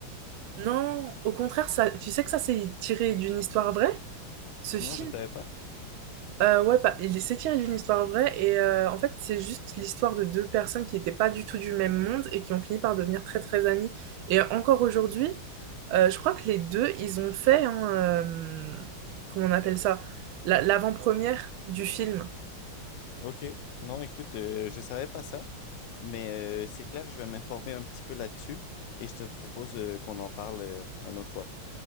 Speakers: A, on the right; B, on the left.
A: non, au contraire, ça, tu sais que ça, c'est tiré d'une histoire vraie? Ce
B: Non,
A: film,
B: je savais pas.
A: Euh, ouais, bah, il s'est tiré d'une histoire vraie et euh, en fait c'est juste l'histoire de deux personnes qui n'étaient pas du tout du même monde et qui ont fini par devenir très très amies. Et encore aujourd'hui, euh, je crois que les deux, ils ont fait, hein, euh, comment on appelle ça, La- l'avant-première du film.
B: Ok, non, écoute, euh, je savais pas ça, mais euh, c'est clair, je vais m'informer un petit peu là-dessus et je te propose euh, qu'on en parle euh, une autre fois.